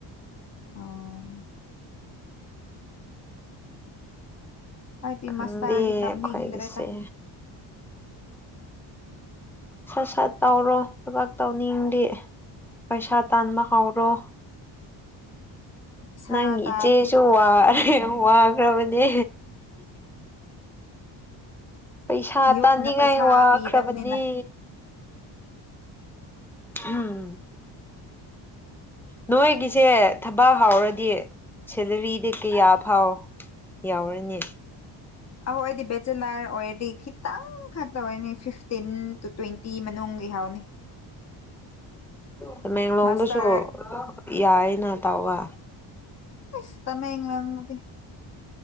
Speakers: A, on the left; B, in the centre.
A: ꯑꯣ ꯑꯩꯗꯤ
B: ꯈꯪꯗꯦ
A: ꯃꯥꯁꯇꯔꯗꯤ ꯇꯝꯅꯤꯡꯗ꯭ꯔꯦꯗ
B: ꯑꯩꯈꯣꯏꯒꯤꯁꯦ ꯁꯠ ꯁꯠ ꯇꯧꯔꯣ ꯊꯕꯛ ꯇꯧꯅꯤꯡꯗꯤ ꯄꯩꯁꯥ ꯇꯥꯟꯕ ꯍꯧꯔꯣ
A: <inaudible> ꯄꯩꯁꯥ
B: ꯅꯪꯒꯤ
A: ꯇꯥꯟꯕꯗꯣ
B: ꯏꯆꯦꯁꯨ
A: ꯑꯁ
B: ꯋꯥ
A: ꯈꯪꯒꯅꯤ
B: ꯋꯥꯈ꯭ꯔꯕꯅꯦ ꯄꯩꯁꯥ
A: ꯌꯨꯝꯅ
B: ꯇꯥꯅꯤꯡꯉꯥꯏ
A: ꯄꯩꯁꯥ
B: ꯋꯥꯈ꯭ꯔꯕꯅꯤ
A: ꯄꯤꯗꯕꯅꯤꯅ
B: ꯎꯝ ꯅꯣꯏꯒꯤꯁꯦ ꯊꯕꯥꯛ ꯍꯥꯎꯔꯗꯤ ꯁꯦꯂꯥꯔꯤꯗꯤ ꯀꯌꯥ ꯐꯥꯎ ꯌꯥꯎꯔꯅꯤ
A: ꯑꯥꯎ ꯑꯩꯗꯤ ꯕꯦꯆꯦꯂꯔ ꯑꯣꯏꯔꯗꯤ ꯈꯤꯇꯪ ꯈꯛꯇ ꯑꯣꯏꯅꯤ ꯐꯤꯐꯇꯤꯟ ꯇꯨ ꯇ꯭ꯋꯦꯟꯇꯤ ꯃꯅꯨꯡ ꯍꯧꯅꯤ
B: ꯇꯃꯦꯡꯂꯣꯡꯗꯁꯨ
A: ꯃꯥꯁꯇꯔ
B: ꯌꯥꯏꯌꯦꯅ ꯇꯧꯕ
A: ꯏꯁ ꯇꯃꯦꯡꯂꯣꯡꯗꯗꯤ